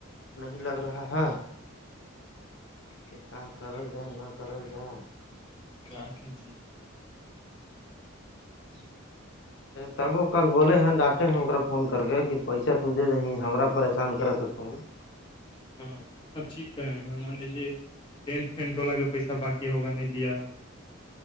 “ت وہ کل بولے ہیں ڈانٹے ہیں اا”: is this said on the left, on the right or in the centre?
Left